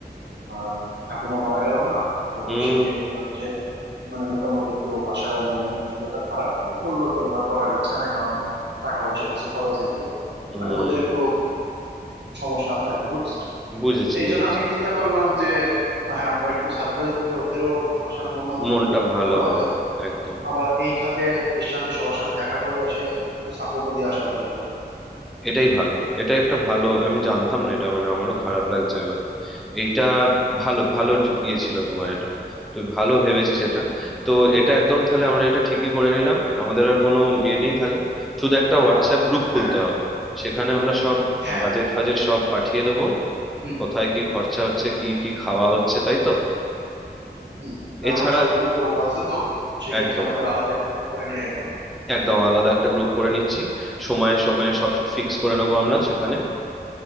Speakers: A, on the right; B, in the centre.
A: আহ ঠাকুমা মারা গেল না তো
B: হুম
A: সেক্ষেত্রে হচ্ছে মানে মোটামুটি একটু বাসার মন- মানসিকতা খারাপ বললো যে
B: হুম
A: এবার করার ইচ্ছা নাই কারণ টাকা পয়সা কিছু খরচ হয়েছে
B: হুম
A: মানে ওদের একটু সমস্যা আছে আর কি বুঝছো
B: বুঝেছি
A: এই
B: বুঝেছি
A: জন্য আমি চিন্তা করলাম যে হ্যাঁ আমরা একটু সারপ্রাইজ দিলে ওদেরও বাসার মন মানসিকতা
B: মনটা
A: একটু
B: ভালো
A: ভালো হবে
B: হবে একদম
A: আবার এই খাতে এর সাথে সবার সাথে দেখা করে এসে একটু সাপোর্টও দিয়ে আসা গেল
B: এটাই ভালো এটাই একটা ভালো আমি জানতাম না এটা মানে আমারও খারাপ লাগছে এবার এইটা ভালো ভালো ডি- ইয়ে ছিল তোমার এটা তুই ভালো ভেবেছিস
A: হুম,
B: এটা তো এটা একদম তাহলে আমরা এটা ঠিকই করে নিলাম আমাদের আর কোনো ইয়ে নেই তাহলে শুধু একটা হোয়াটসঅ্যাপ গ্রুপ খুলতে
A: হ্যাঁ
B: হবে সেখানে আমরা সব
A: হ্যাঁ
B: বাজেট ফাজেট সব পাঠিয়ে দেবো
A: হুম
B: কোথায় কি খরচা হচ্ছে কি কি খাওয়া হচ্ছে তাই তো
A: হুম কারণ
B: এছাড়া
A: হচ্ছে ওই গ্রুপে ও আছে তো সেক্ষেত্রে
B: একদম
A: আমাদের আলাদা একটা গ্রুপ করে নেওয়া ভালো
B: একদম আলাদা একটা গ্রুপ করে নিচ্ছি সময়ে সময়ে সব ফিক্স করে নেবো আমরা সেখানে